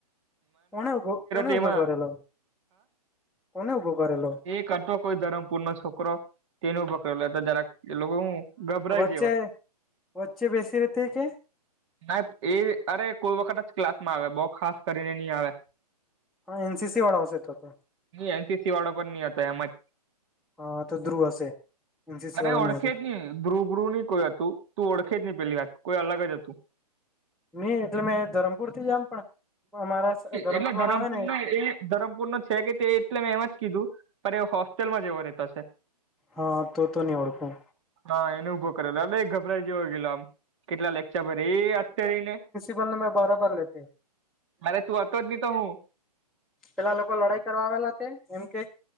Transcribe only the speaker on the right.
તેમાં
કરતો કોઈ ધરમ પૂર ન છોકરો તેનો બકરા લેતો જરા એ લોકો હું ગભરાય
ના એ અરે કોઈ વખત જ ક્લાસ માં આવે બહુ ખાસ કરીને નહી આવે
એનસીસી વાળા પણ નહ હતા એમાં
અરે
ઓળખે
જ નહી ધ્રુવ બ્રુવ નહ કોઈ હતું તું ઓળખે જ નહી પેલી વાત કોઈ અલગ જ હતું.
એટલે ધરમપુર
ના એ ધરમપુર નો છે કે તે એટલે મે એમાં જ કીધું પણ એ હોસ્ટેલમાં જ એવો રહેતો છે.
હા એનો ઉભો કરેલોલે ગભરાઈ જેવ ગેલો આમ કેટલા લેચર ભ એ અત્યારેને
પેલે તું હતો જ નહી તો હું